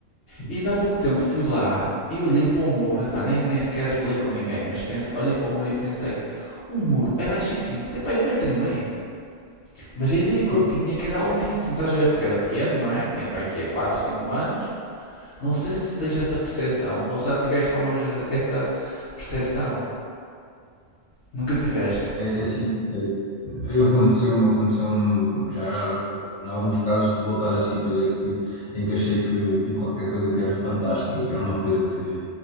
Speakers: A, on the left; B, on the left.
A: sim.
B: e ainda há pouco tempo fui lá e olhei para o muro, pá, nem, nem sequer falei com ninguém, mas pense, olhei para o muro e pensei, o muro é baixíssimo, tem pá, aí um metro e meio. Mas a ideia que
A: Foi,
B: eu tinha é que era altíssimo, estás a ver? Porque era pequeno, não é? Tinha pá, aqui há 4, 5 anos. Não sei se tu tens essa percepção, ou se já tiveste alguma vez essa essa percepção. Nunca tiveste?
A: é assim, é, aconteceu-me, aconteceu-me já eh, em alguns casos de voltar a sítios é que fui, em que achei que vi qualquer coisa que era fantástica, que era uma coisa que,